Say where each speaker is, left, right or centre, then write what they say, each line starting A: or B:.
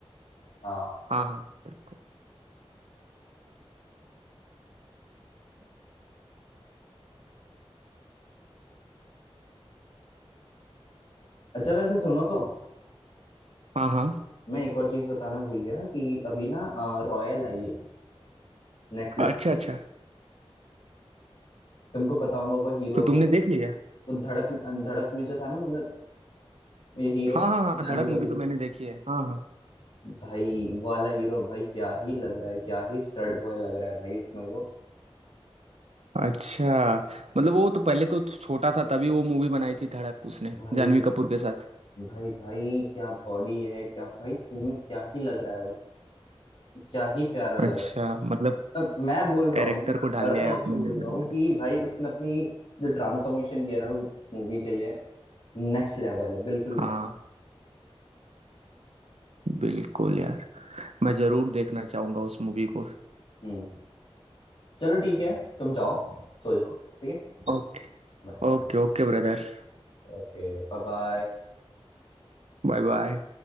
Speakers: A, on the left; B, on the right.
A: हाँ
B: हाँ हाँ बिल्कुल
A: अच्छा वैसे सुनो तो
B: हाँ हाँ
A: मैं एक और चीज बताना भूल गया कि अभी ना रॉयल आई है नेटफ्लिक्स
B: अच्छा अच्छा
A: तुमको पता होगा वो हीरो
B: तो तुमने
A: वो
B: देख लिया
A: वो धड़क धड़क में जो था ना मतलब ये हीरो
B: हाँ हाँ
A: जानवी
B: हाँ धड़क मूवी
A: कपूर
B: तो मैंने देखी है हाँ हाँ
A: का- भाई वाला हीरो भाई क्या ही लग रहा है क्या ही स्टड बॉय लग रहा है भाई उसमें वो
B: अच्छा मतलब वो तो पहले तो छोटा था तभी वो मूवी बनाई थी धड़क उसने
A: भाई
B: जानवी कपूर के साथ
A: भाई भाई क्या बॉडी है क्या भाई सही में क्या ही लग रहा है वो क्या ही प्यारा लग
B: अच्छा
A: रहा
B: मतलब
A: है अब मैं बोल रहा
B: कैरेक्टर
A: हूँ
B: को ढाल
A: लड़का
B: लिया
A: होकर
B: है अपने
A: बोल
B: में
A: रहा हूँ कि भाई उसने अपनी जो ट्रांसफॉर्मेशन किया ना उस मूवी के लिए नेक्स्ट लेवल है बिल्कुल
B: हाँ
A: नेक्स्ट
B: बिल्कुल यार मैं जरूर देखना चाहूंगा उस मूवी को
A: हम्म चलो ठीक है तुम जाओ सो जाओ ठीक है
B: Okay
A: बाय
B: Okay okay brother
A: Okay bye bye
B: Bye bye